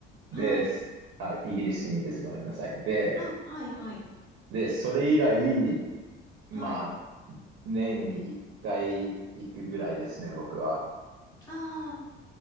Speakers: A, on the left; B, on the right.
A: はい。
B: で、すあ、イギリスにです、ごめんなさい。で、
A: あ、はい、はい、
B: で、それ以来、まあ、
A: はい。
B: 年に1回行くぐらいですね、僕は。
A: ああ、